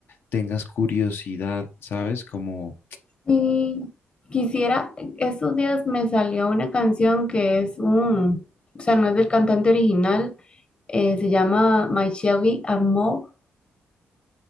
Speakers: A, on the left; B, on the left.
A: tengas curiosidad, ¿sabes? Como,
B: y quisiera, estos días me salió una canción que es un, o sea, no es del cantante original, eh, se llama My Shelby Amor.